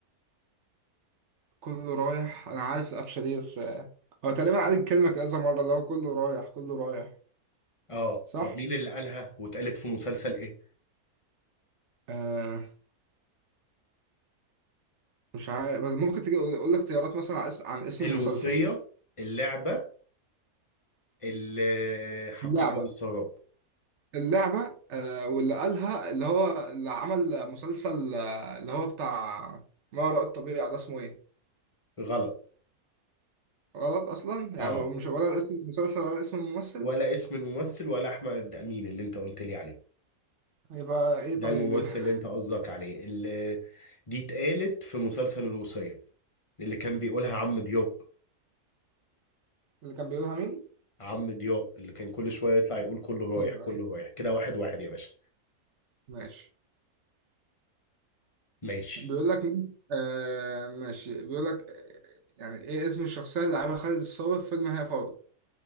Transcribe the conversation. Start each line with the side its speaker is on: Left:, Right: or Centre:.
Right: كله رايح انا عارف القفشه دي بس هو تقريبا عاد الكلمه كذا مره اللي هو كله رايح كله رايح
Left: اه
Right: صح
Left: طب مين اللي قالها واتقالت في مسلسل ايه
Right: آه مش عارف بس ممكن تجي قول لي اختيارات مثلا عن اسم عن اسم
Left: الوصية
Right: المسلسل
Left: اللعبة الحقيقة
Right: اللعبه
Left: والسراب
Right: اللعبه آه واللي قالها اللي هو اللي عمل مسلسل آه، اللي هو بتاع ما وراء الطبيعه ده اسمه ايه
Left: غلط
Right: غلط اصلا
Left: اه
Right: يعني مش ولا اسم المسلسل ولا اسم الممثل
Left: ولا اسم الممثل ولا احمد امين اللي انت قلت لي عليه
Right: يبقى ايه
Left: ده
Right: طيب
Left: الممثل
Right: <laughs>
Left: اللي انت قصدك عليه اللي دي اتقالت في مسلسل الوصية اللي كان بيقولها عم ضياء
Right: اللي كان بيقولها مين
Left: عم ضياء اللي كان كل شوية يطلع يقول كله رايح
Right: ايوه
Left: كله
Right: ايوه
Left: رايح كده واحد واحد يا باشا
Right: ماشي
Left: ماشي
Right: بيقول لك مين آه ماشي بيقول لك آه، يعني ايه اسم الشخصية اللي لعبها خالد الصاوي في فيلم هي فوضى